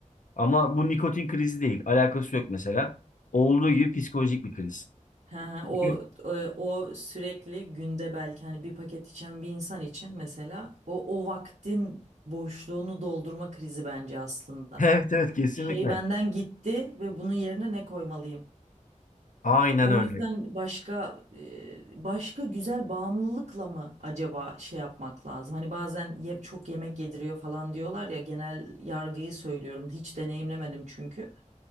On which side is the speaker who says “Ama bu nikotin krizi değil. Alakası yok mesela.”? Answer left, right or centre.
Left